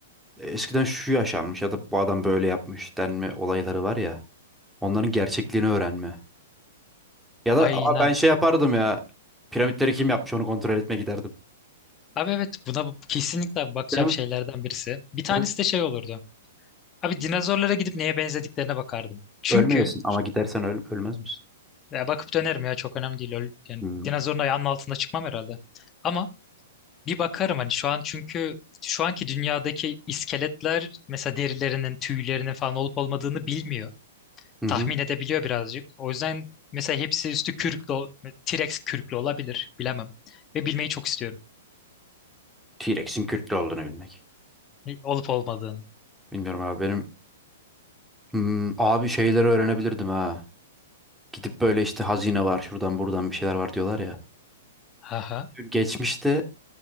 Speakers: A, in the centre; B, on the left.
A: e, eskiden şu yaşanmış ya da bu adam böyle yapmış denme olayları var ya. Onların gerçekliğini öğrenme. Ya da
B: aynen.
A: aa, ben şey yapardım ya. Piramitleri kim yapmış onu kontrol etmeye giderdim.
B: Abi evet buna bu- kesinlikle bakacağım
A: Değil mi?
B: şeylerden birisi. Bir tanesi
A: Evet.
B: de şey olurdu. Abi dinozorlara gidip neye benzediklerine bakardım. Çünkü
A: Ölmeyesin ama gidersen öl ölmez misin?
B: ya bakıp dönerim ya çok önemli değil. Öl- Yani
A: Hmm.
B: dinozorun ayağının altında çıkmam herhalde. Ama bir bakarım hani şu an çünkü şu anki dünyadaki iskeletler mesela derilerinin, tüylerinin falan olup olmadığını bilmiyor.
A: Hı
B: Tahmin
A: hı.
B: edebiliyor birazcık. O yüzden mesela hepsi üstü kürklü, ol- T-Rex kürklü olabilir. Bilemem. Ve bilmeyi çok istiyorum.
A: T-Rex'in Kürtlü olduğunu bilmek.
B: Olup olmadığını.
A: Bilmiyorum abi benim hmm, abi şeyleri öğrenebilirdim ha. Gidip böyle işte hazine var şuradan buradan bir şeyler var diyorlar ya.
B: Aha.
A: Geçmişte